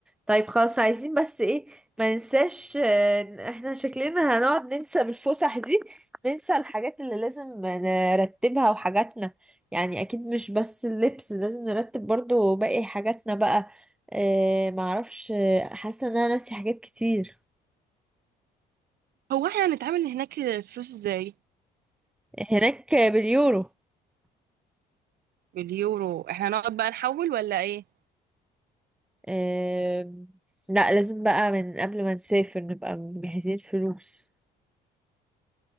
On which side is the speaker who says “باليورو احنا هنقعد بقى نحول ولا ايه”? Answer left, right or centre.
Right